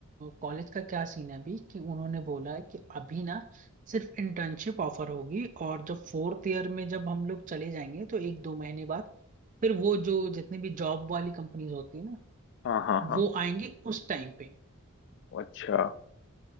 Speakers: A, on the right; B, on the left.
A: कॉलेज का क्या सीन है अभी कि उन्होंने बोला है कि अभी ना सिर्फ इंटर्नशिप ऑफर होगी और जब फोर्थ ईयर में जब हम लोग चले जाएंगे तो एक दो महीने बाद फिर वो जो जितनी भी जॉब वाली कंपनीज होती है ना
B: हाँ हाँ हाँ
A: वो आएंगी उस टाइम पे
B: अच्छा